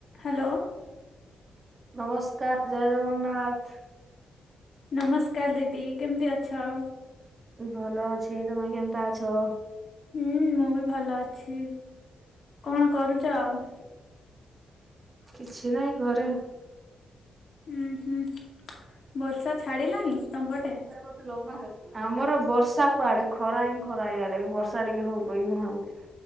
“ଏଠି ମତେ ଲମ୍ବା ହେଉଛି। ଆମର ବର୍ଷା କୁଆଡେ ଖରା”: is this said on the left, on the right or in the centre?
Right